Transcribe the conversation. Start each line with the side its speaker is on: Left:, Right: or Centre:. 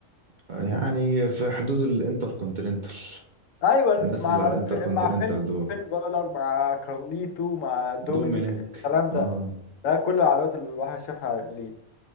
Right: يعني في حدود الانتر كونتيننتال
Left: ايوه الف-
Right: الناس
Left: مع
Right: اللي على
Left: الف-
Right: الانتر
Left: مع
Right: كونتيننتال
Left: فين
Right: دول
Left: فين بالر مع كارليتو مع دومينيك
Right: دومينيك
Left: الكلام ده
Right: اه
Left: ده كل العداوات اللي الواحد شافها ليه